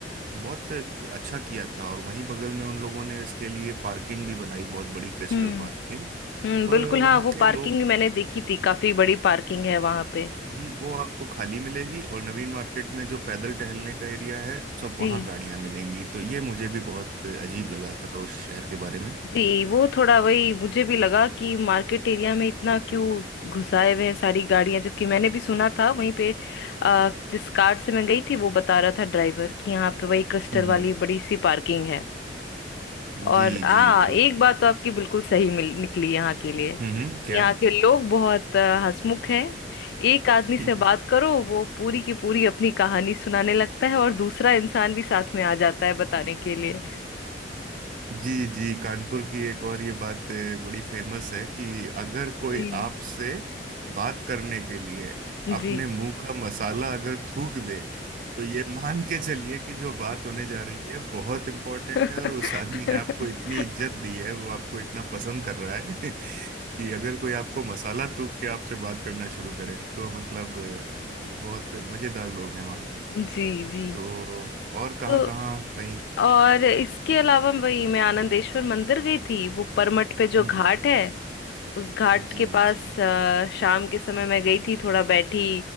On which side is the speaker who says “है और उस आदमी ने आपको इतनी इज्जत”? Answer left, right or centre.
Right